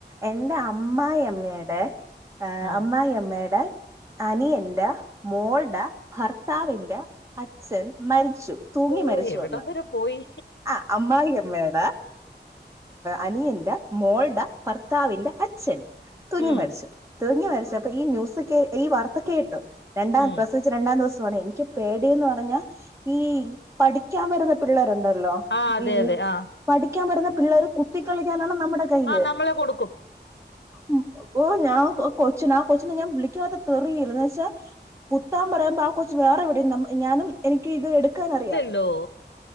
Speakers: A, on the right (about 15°); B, on the left (about 80°).
A: എന്റെ അമ്മായിമ്മടെ
B: ആ
A: അമ്മായിമ്മടെ അനിയന്റെ മോളുടെ ഭർത്ത ത്താവിന്റെ അച്ഛൻ മരിച്ചു തൂങ്ങി
B: ഓ
A: മരിച്ചുന്ന്
B: എവിടം വരെ പോയി
A: ആ് അമ്മായി അമ്മേടെ അനിയന്റെ മോൾദേ ഭർത്താവിന്റെ അച്ഛൻ തൂങ്ങി
B: ഉം
A: മരിച്ചു തൂങ്ങിമരിച്ചപ്പോൾ അപ്പ ഈ ന്യൂസ് ഈ വാർത്ത കേട്ടു രണ്ടാം
B: ഉം
A: ദിവസം രണ്ടാം ദിവസംമാണ് എനിക്ക് പേടിയന്ന് പറഞ്ഞാൽ ഈ പഠിക്കാൻ വരുന്ന പിള്ളേരുണ്ടല്ലോ
B: ആ അതെ
A: ഈ
B: അതെ ആ
A: പഠിക്കാൻ വരുന്ന പിള്ളേര് കുത്തി കളിക്കാനാണ് നമ്മുടെ കൈയിൽ
B: ആ നമ്മളെ കൊടുക്കും
A: ഉ ഓ ഞാൻ കൊച്ചിന ആ കൊച്ചിനെ ഞാൻ വിളിക്കാവാത്ത തീറില്ലന്ന് വച്ചാ എത്താൻ പറയുമ്പോ ആ കൊച്ച് വേറെ എവിടെയും ഞാനും എനിക്ക് ഇത് എടുക്കാൻ അറിയാം
B: ഹലോ